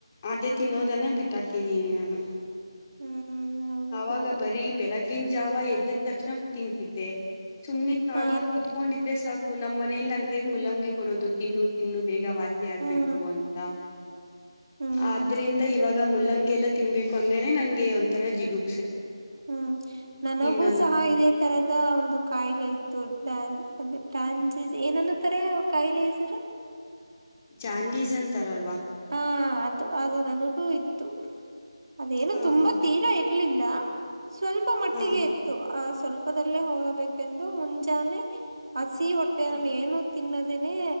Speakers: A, on the left; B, on the right.
A: ಅದೇ ತಿನ್ನೋದನ್ನ ಬಿಟ್ಟಾಕಿದೀನಿ ನಾನು
B: ಹ್ಮ್ ಹೌದು
A: ಆವಾಗ ಬರೀ ಬೆಳಗಿನ ಜಾವ ಎದ್ದ ತಕ್ಷಣ ತಿಂತಿದ್ದೆ ಸುಮ್ನೆ ಖಾಲಿಯ
B: ಹ
A: ಕುತ್ಕೊಂಡಿದ್ರೆ <unintelligible> <unintelligible> ನಮ್ಮ ಮನೆಲಿ ನನ್ಗೆ ಮುಲ್ಲಂಗಿ ಕೊಡೋದು ತಿನ್ನು ತಿನ್ನು ಬೇಗ ವಾಸಿ ಆಗ್ಬೇಕು
B: ಹ್ಮ್
A: ಅಂತ
B: ಹ್ಮ್
A: ಆದ್ರಿಂದ ಇವಾಗ ಮುಲ್ಲಂಗೆಲ್ಲ ತಿನ್ಬೇಕು ಅಂದ್ರೆನೆ ನಂಗೆ ಒಂಥರ ಜಿಗು <unintelligible>
B: ಹ್ಮ್ ನನಗೂ
A: ತಿನ್ನಲ್ಲ
B: ಸಹ ಇದೇ ತರದ ಒಂದು ಕಾಯಿಲೆ ಇತ್ತು <unintelligible> <unintelligible> ಏನನ್ನೂತಾರೆ ಕಾಯಿಲೆ ಹೆಸರು
A: ಜಾಂಡೀಸ್ ಅಂತಾರಲ್ವಾ
B: ಹಾ ಅದು ಅದು ನನಗೂ ಇತ್ತು ಅದೇನು
A: ಹ
B: ತುಂಬಾ
A: ಹಾ
B: ತೀರಾ ಇರ್ಲಿಲ್ಲ ಸ್ವಲ್ಪ ಮಟ್ಟಿಗೆ
A: ಹ
B: ಇತ್ತು ಆ ಸ್ವಲ್ <unintelligible> <unintelligible> ದಲ್ಲೇ ಹೋಗಬೇಕೆಂದು ಮುಂಜಾನೆ ಹಸಿ ಹೊಟ್ಟೆೆಯಲ್ಲಿ
A: ಹ್ಮ್
B: ಏನು <unintelligible> ತಿನ್ನದೇನೆ